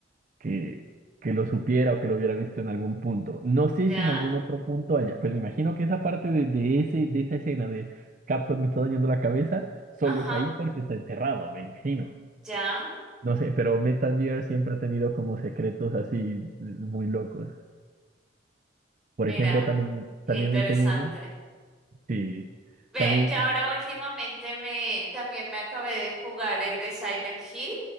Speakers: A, on the right (about 45°); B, in the centre.
A: que, que lo supiera o que lo hubiera visto en algún punto. No sé
B: Ya.
A: si en algún otro punto haya, pues me imagino que esa parte de, de ese, de esa escena de Capcom me está dañando la cabeza, solo
B: Ajá,
A: es ahí porque está enterrado, me imagino.
B: ya,
A: No sé, pero Metal Gear siempre ha tenido como secretos así muy locos. Por
B: mira,
A: ejemplo, también,
B: qué
A: también
B: interesante.
A: el Play 1, sí,
B: Ve,
A: también
B: ya ahora últimamente me también me acabé de jugar el de Silent Hill,